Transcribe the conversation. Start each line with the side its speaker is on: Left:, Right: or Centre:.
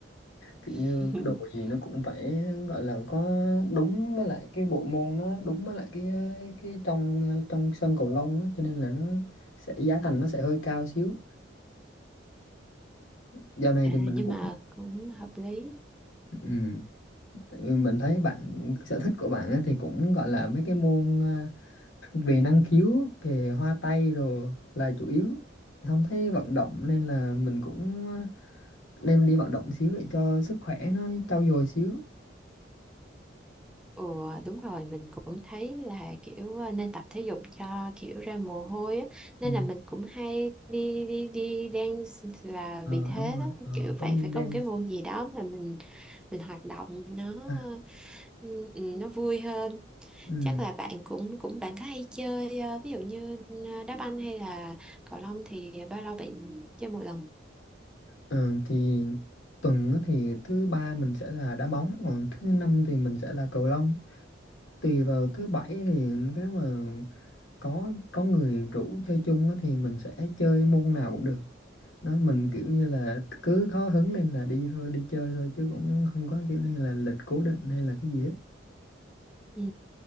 Left: kiểu
Centre: <laughs>
Left: như đồ gì nó cũng phải gọi là có đúng với lại cái bộ môn nó đúng với lại cái cái trong trong sân cầu lông á cho nên là nó sẽ giá thành nó sẽ hơi cao xíu dạo này
Centre: À,
Left: thì mình
Centre: nhưng
Left: cũng
Centre: mà cũng hợp lý.
Left: ừ. Ừ, mình thấy bạn sở thích của bạn á thì cũng gọi là mấy cái môn à, về năng khiếu về hoa tay đồ là chủ yếu không thấy vận động nên là mình cũng à, nên đi vận động xíu để cho sức khỏe nó trau dồi xíu
Centre: Ồ đúng rồi mình cũng thấy là kiểu ờ, nên tập thể dục cho kiểu ra mồ hôi á. Nên
Left: ừ.
Centre: là mình cũng hay đi đi đi dance là
Left: ờ
Centre: vì thế
Left: đúng rồi
Centre: đó
Left: ờ,
Centre: kiểu
Left: có
Centre: phải
Left: môn
Centre: phải
Left: dance
Centre: có một cái môn gì đó mà mình mình hoạt động nó
Left: à,
Centre: ừ, ừ, nó vui hơn
Left: ừ.
Centre: chắc là bạn cũng cũng bạn có hay chơi ờ, ví dụ như ờ, đá banh hay là cầu lông thì bao lâu bạn chơi một lần
Left: Ờ, thì tuần á thì thứ ba mình sẽ là đá bóng còn thứ năm thì mình sẽ là cầu lông tùy vào thứ bảy thì nếu mà có có người rủ chơi chung á, thì mình sẽ chơi môn nào cũng được đó mình kiểu như là cứ có hứng lên là đi thôi đi chơi thôi chứ cũng không có kiểu như là lịch cố định hay là cái gì hết
Centre: ừ.